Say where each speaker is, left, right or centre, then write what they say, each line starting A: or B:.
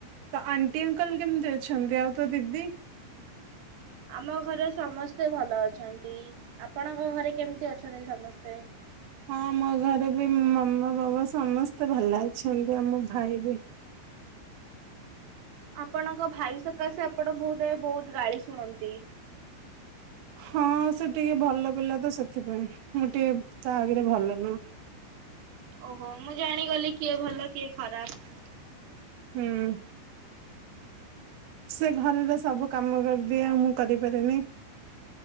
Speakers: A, on the right; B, on the right.
A: ତ ଆଣ୍ଟି ଅଙ୍କଲ କେମିତି ଅଛନ୍ତି ଆଉ ତୋ ଦିଦି?
B: ଆମ ଘରେ ସମସ୍ତେ ଭଲ ଅଛନ୍ତି ଆପଣଙ୍କ ଘରେ କେମିତି ଅଛନ୍ତି ସମସ୍ତେ?
A: ହଁ ମୋ ଘରେ ବି ମାମା, ବାବା ସମସ୍ତେ ଭଲ ଅଛନ୍ତି ଆଉ ମୋ ଭାଇ ବି।
B: ଆପଣଙ୍କ ଭାଇ ସକାଶେ ଆପଣ ବହୁତ ବହୁତ୍ ଗାଳି ଶୁଣନ୍ତି।
A: ହଁ ସେ ଟିକେ ଭଲ ପିଲା ତ ସେଥିପାଇଁ ମୁଁ ଟିକେ ତା ଆଗରେ ଭଲ ନୁହୁ।
B: ଓହୋ ମୁଁ ଜାଣିଗଲି କିଏ ଭଲ କିଏ ଖରାପ।
A: ହୁଁ। ସେ ଘରର ସବୁ କାମ କରିଦିଏ ମୁଁ କରିପାରେନି।